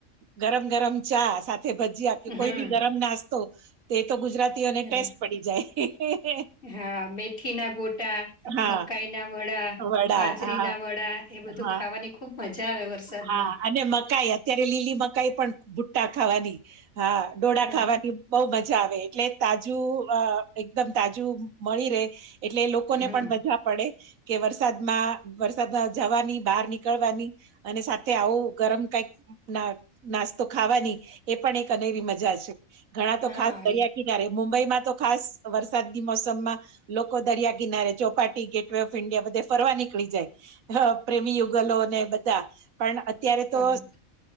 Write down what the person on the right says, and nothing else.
ગરમ ગરમ ચા સાથે... ભજીયા કે
કોઈ બી ગરમ નાસ્તો તે તો ગુજરાતીઓને
ટેસ્ટ પડી જાય..
હા
વડા
હા
હા
હા અને મકાઈ લીલી મકાઈ પણ ગુટ્ટા ખાવાની હા ડોડા
ખાવાની... બઉ મજા આવે એટલે તાજું અ એકદમ તાજું મળી રેય... એટલે એ લોકોને
પણ મજા પડે. કે વરસાદમાં વરસાદમાં જવાની બહાર નીકળવાની. અને સાથે આવું ગરમ કઈક ના નાસ્તો ખાવાની એ પણ એક અનેરી મજા છે. ઘણા
તો ખાસ દરિયા
કિનારે મુંબઈમાં તો ખાસ વરસાદની મોસમમાં... લોકો દરિયા કિનારે Chowpatty gate way of India બધે ફરવા નીકળી જાય. હ પ્રેમી યુગલો ને બધા... ધા પણ અત્યારે
તો